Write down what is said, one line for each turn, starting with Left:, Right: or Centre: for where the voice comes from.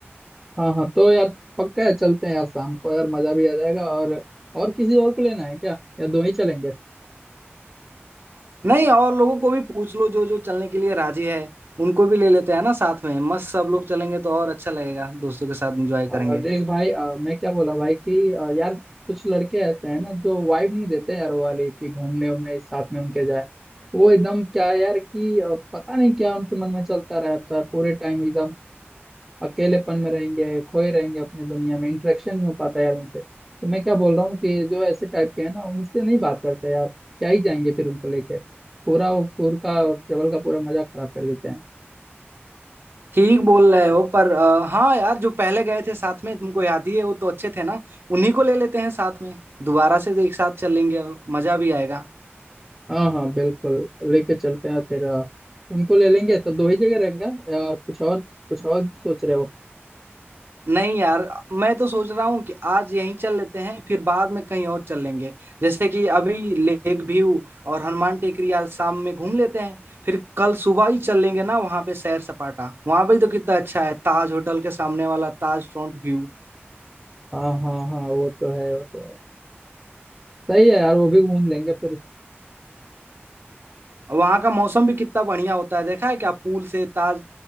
Centre: हाँ हाँ तो यार पक्का है चलते हैं यार शाम को यार मजा भी आ जाएगा और और किसी और को लेना है क्या या दो ही चलेंगे
Right: नहीं और लोगों को भी पूछ लो जो जो चलने के लिए राजी है उनको भी ले लेते हैं ना साथ में मस्त सब लोग चलेंगे तो और अच्छा लगेगा दोस्तों के साथ एंजॉय करेंगे
Centre: आ, देख भाई आ, मैं क्या बोला भाई कि आ, यार कुछ लड़के ऐसे हैं ना जो वाइब नहीं देते यार वो वाले कि घूमने उमने साथ में उनके जाए वो एकदम क्या है यार कि आ, पता नहीं क्या उनके मन में चलता रहता है पूरे टाइम एकदम अकेलेपन में रहेंगे खोए रहेंगे अपने दुनिया में इंटरेक्शन नहीं हो पाता यार उनसे तो मैं क्या बोल रहा हूँ कि जो ऐसे टाइप के हैं ना उनसे नहीं बात करते यार क्या ही जाएंगे फिर उनको लेके पूरा वो टूर का और ट्रेवल का पूरा मजा खराब कर देते हैं
Right: ठीक बोल रहे हो पर अ, हाँ यार जो पहले गए थे साथ में तुमको याद ही है वो तो अच्छे थे ना उन्हीं को ले लेते हैं साथ में दोबारा से एक साथ चलेंगे मजा भी आएगा
Centre: हाँ हाँ बिल्कुल लेके चलते हैं फिर अ, उनको ले लेंगे तो दो ही जगह रहेंगे या कुछ और कुछ और सोच रहे हो
Right: नहीं यार मैं तो सोच रहा हूँ कि आज यहीं चल लेते हैं फिर बाद में कहीं और चल लेंगे जैसे कि अभी लेक व्यू और हनुमान टेकरी आज शाम में घूम लेते हैं फिर कल सुबह ही चल लेंगे ना वहां पे सैर सपाटा वहां पे तो कितना अच्छा है ताज होटल के सामने वाला ताज फ्रंट व्यू
Centre: हाँ हाँ हाँ वो तो है वो तो है सही है यार वो भी घूम लेंगे फिर
Right: वहां का मौसम भी कितना बढ़िया होता है देखा है क्या पूल से ताज